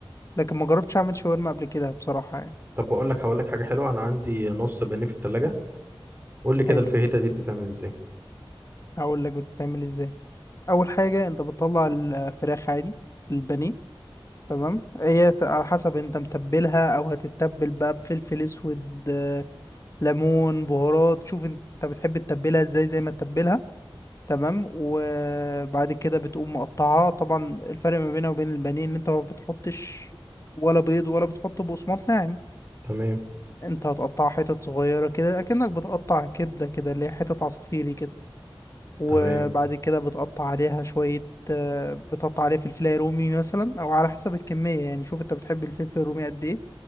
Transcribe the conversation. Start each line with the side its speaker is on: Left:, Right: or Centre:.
Left: لكن ما جربتش اعمل شاورما قبل كده بصراحة يعني
Right: طب بقول لك هقول لك حاجه حلوه انا عندي نص بانيه في التلاجة قول لي كده
Left: حلو
Right: الفاهيتا دي بتتعمل ازاي
Left: هقول لك بتتعمل ازاي اول حاجة انت بتطلع الفراخ عادي البانيه تمام هي ت- على حسب انت متبلها او هتتبل بقى بفلفل اسود آه، ليمون بهارات شوف انت بتحب تتبلها ازاي زي ما تتبلها تمام وبعد كده بتقوم مقطعها طبعا الفرق ما بينها وبين البانيه ان انت ما بتحطش ولا بيض ولا بتحط بقسماط ناعم
Right: تمام
Left: انت هتقطع حتت صغيرة كده اكنك بتقطع كبدة كده اللي هي حتت عصافيري كده وبعد
Right: تمام
Left: كده بتقطع عليها شوية آه، بتقطع عليها فلفلاية رومي مثلا او على حسب الكمية يعني شوف انت بتحب الفلفل الرومي قد ايه